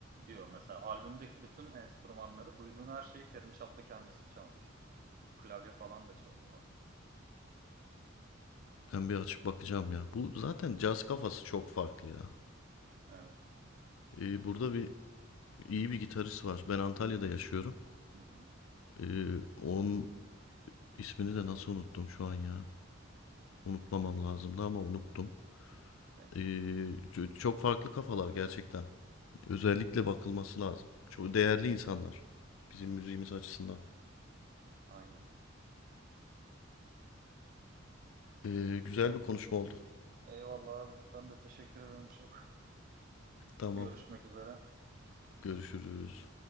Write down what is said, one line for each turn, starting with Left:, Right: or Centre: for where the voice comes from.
Right: diyor mesela albümdeki bütün enstrümanları duyduğun her şeyi Kerim Çaplı kendisi çalmış. Klavye falan da çalıyor.
Left: Ben bir açıp bakacağım ya. Bu zaten caz kafası çok farklı ya.
Right: Evet.
Left: Ee, burada bir iyi bir gitarist var. Ben Antalya'da yaşıyorum.
Right: Hı hı.
Left: Ee, onun ismini de nasıl unuttum şu an ya. Unutmamam lazımdı ama unuttum.
Right: Neyse
Left: Ee,
Right: bir şey.
Left: ç- çok farklı kafalar gerçekten. Özellikle bakılması lazım. Çok değerli insanlar. Bizim müziğimiz açısından.
Right: Aynen.
Left: Ee, güzel bir konuşma oldu.
Right: Eyvallah abi. Ben de teşekkür ederim çok.
Left: Tamam.
Right: Görüşmek üzere.
Left: Görüşürüz.